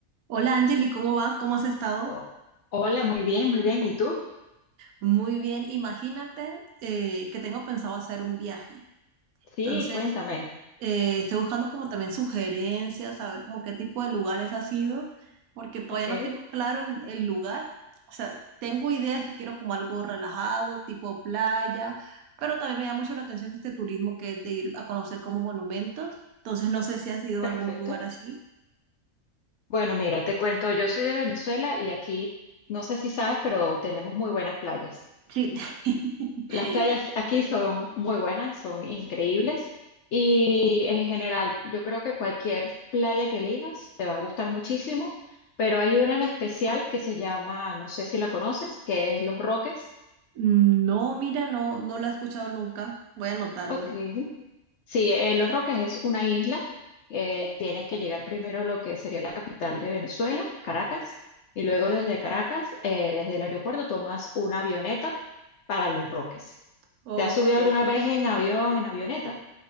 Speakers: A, on the right; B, on the left.
A: Hola Angeli, ¿cómo vas? ¿Cómo has estado?
B: Oh, hola, muy bien, muy bien. ¿Y tú?
A: Muy bien, imagínate eh, que tengo pensado hacer un viaje.
B: Sí,
A: Entonces,
B: cuéntame.
A: eh, estoy buscando como también sugerencias, saber como qué tipo de lugares ha sido, porque todavía
B: Ok,
A: no tengo claro el, el lugar. O sea, tengo ideas que quiero como algo relajado, tipo playa, pero también me llama mucho la atención este turismo que es de ir a conocer como monumentos. Entonces, no sé si has ido
B: perfecto.
A: a algún lugar así.
B: Bueno, mira, te cuento, yo soy de Venezuela y aquí, no sé si sabes, pero tenemos muy buenas playas.
A: Sí.
B: Las
A: <laughs>
B: playas aquí son muy buenas, son increíbles y en general, yo creo que cualquier playa que elijas te va a gustar muchísimo, pero hay una en especial que se llama, no sé si la conoces, que es Los Roques.
A: Mm, No, mira, no, no la he escuchado nunca. Voy a anotarla.
B: Ok. Sí, eh, Los Roques es una isla. eh, tienes que llegar primero a lo que sería la capital de Venezuela, Caracas, y luego desde Caracas, eh, desde el aeropuerto, tomas una avioneta para Los Roques.
A: Ok.
B: ¿Te has subido alguna vez en avión, en avioneta?